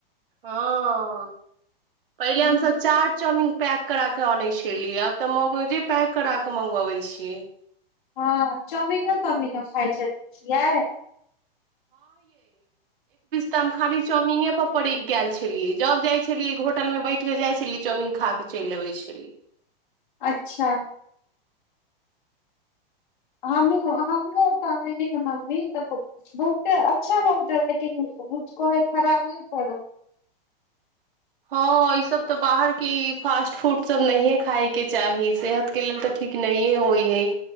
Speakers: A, on the right; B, on the left.
A: हँ पहिल
B: हँ
A: हमस चाट चाउमीन पैक करा के अनै छलिय आब तऽ मोमोजे पैक करा के मंगबाबै छियै
B: हँ चौमीनो तौमीनो खाय छै छियै
A: त हम खाली चौमिंग परीक गेल छलियै जब जाइ छलियै होटल मे बैठ के जाइ छलै चौमिंग खा क चलि अबै छलीयै
B: अच्छा हमू हमरो तऽ आनैय हे मम्मी तऽ बहुते अच्छा लगतै लेकिन कहे ह खराबियो करो
A: हँ ई सब तऽ बाहर के इ फास्ट फूड सब नहिये खाय के चाही सेहत के लेल तऽ ठीक नहिे होइ हय